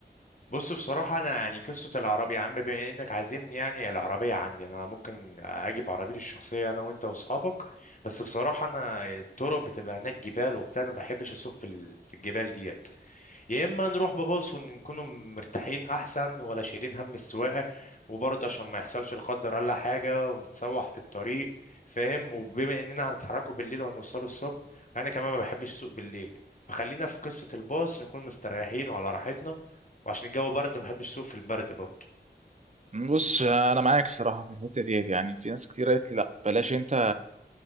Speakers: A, on the left (about 45°); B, on the right (about 40°).
A: بص بصراحه انا يعني قصه العربيه يا عم بما انك عازمني يعني العربيه عندي انا ممكن اجيب عربيتي الشخصيه انا وانت واصحابك بس بصراحه انا الطرق بتبقى هناك جبال وبتاع انا ما بحبش اسوق في ال- في الجبال دي يا اما نروح بباص ونكون مرتاحين احسن ولا شايلين هم السواقه وبرضه عشان ما يحصلش لا قدر الله حاجه ونتسوح في الطريق فاهم وبما اننا هنتحركوا بالليل وهنوصلوا الصبح انا كمان ما بحبش السوق بالليل فخلينا في قصه الباص نكون مستريحين وعلى راحتنا وعشان الجو برد ما بحبش السوق في البرد برضه
B: بص انا معاك الصراحه في الحته ديت يعني في ناس كتير قالت لي لا بلاش انت